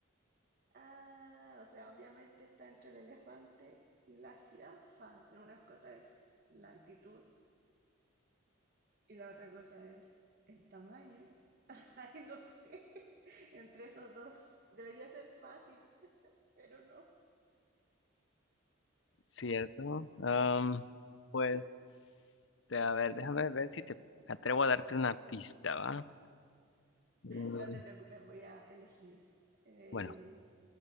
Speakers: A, on the right (about 45°); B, on the left (about 65°).
A: Ah, o sea, obviamente está entre el elefante y la jirafa, pero una cosa es la altitud y la otra cosa es el tamaño. <laughs> Ay, no sé. Entre esos dos. Debería ser fácil, <laughs> pero no.
B: ¿Cierto? Am, pues, te- a ver, déjame ver si te atrevo a darte una pista, ¿va? Mm,
A: No te preocupes, voy a elegir. Eh,
B: bueno,